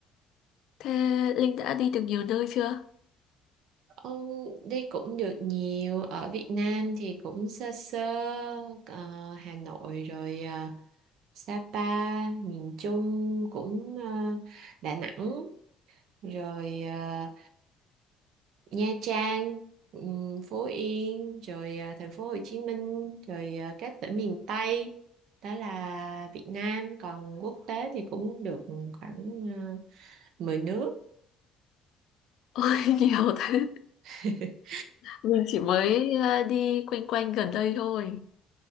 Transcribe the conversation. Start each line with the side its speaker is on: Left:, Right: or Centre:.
Left: Thế Linh đã đi được nhiều nơi chưa?
Right: Ông đi cũng được nhiều ở Việt Nam thì cũng sơ sơ ờ, Hà Nội rồi ờ, Sapa miền Trung cũng ờ, Đà Nẵng rồi ờ, Nha Trang ừm, Phú Yên rồi ờ, thành phố Hồ Chí Minh rồi ờ, các tỉnh miền Tây đó là Việt Nam còn quốc tế thì cũng được khoảng uh, 10 nước
Left: Ôi <laughs> nhiều thế.
Right: <laughs>
Left: Mình chỉ mới ờ, đi quanh quanh gần đây thôi,